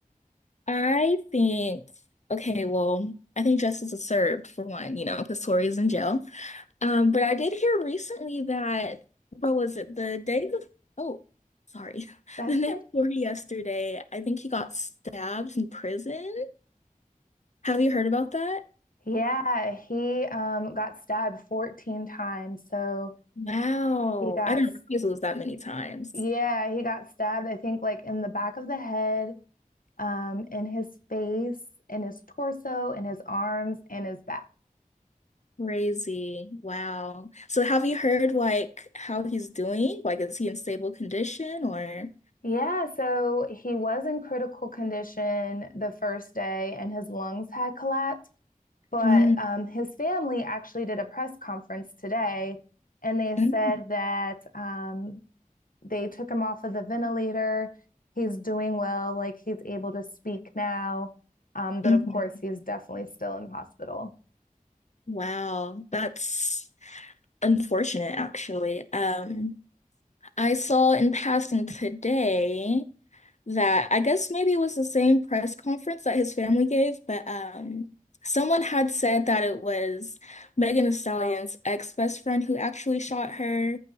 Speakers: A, on the left; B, on the left.
A: I think, okay, well, I think justice is served for one, you know, because Tori is in jail. Um, but I did hear recently that, what was it, the day before, oh, sorry, <laughs>
B: That's
A: the day
B: okay.
A: before yesterday, I think he got stabbed in prison. Have you heard about that?
B: Yeah, he um, got stabbed 14 times. So
A: Wow.
B: he got
A: I didn't realize it was that many times.
B: Yeah, he got stabbed, I think, like in the back of the head, um, in his face, in his torso, in his arms, and his back.
A: Crazy. Wow. So have you heard like how he's doing? Like, is he in stable condition or?
B: Yeah, so he was in critical condition the first day and his lungs had collapsed. But
A: Mm,
B: um, his family actually did a press conference today and they
A: mm,
B: said that um, they took him off of the ventilator. He's doing well, like he's able to speak now. Um, but
A: mhm.
B: of course, he's definitely still in hospital.
A: Wow, that's unfortunate, actually. Um, I saw in passing today that I guess maybe it was the same press conference that his family gave, but um, someone had said that it was Megan Thee Stallion's ex-best friend who actually shot her,